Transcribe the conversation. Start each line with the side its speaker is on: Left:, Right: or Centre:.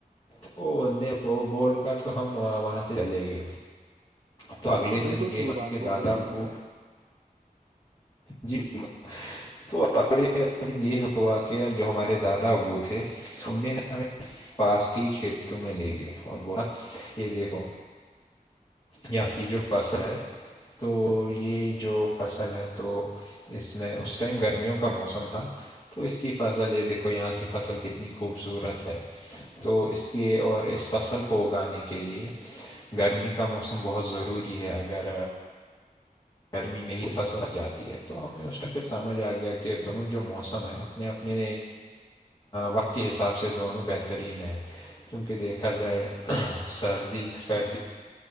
Left: تو وہ ان نے وہ بول کر تو ہم وہاں سے چلے گے تو اگلے
Right: ہاں بالکل
Left: دن یہ
Right: صحیح
Left: و
Right: بات بولی
Left: دادا
Right: انہوں
Left: بو
Right: نے
Left: جی بالکل بے یہ ہوا کہ جو ہمارے دادا ابو تھے ان نے ن ہمیں پاس کے کھیتوں میں لے گئے اور بولاا یہ دیکھو یہاں کی جو فصل ہے تو یہ جو فصل ہے تو اس میں اس ٹائم گرمیوں کو کا موسم تھا تو اس کی فضل یہ دیکھو یہاں کی فصل کتنی خوبصورت ہے تو اس کے اور اس فصل کو اگانے کے لے گرمی کا موسم بہت ضروری ہے اگر گرمی نہیں فصل جاتی ہے تو ہمیں اس میں پھر سمجھ آ گیا کہ دونوں جو موسم ہے اب اپنے اپنے وقت کے حساب سے دونوں بہترین ہیں کیونکہ دیکھا جائے سردی سردی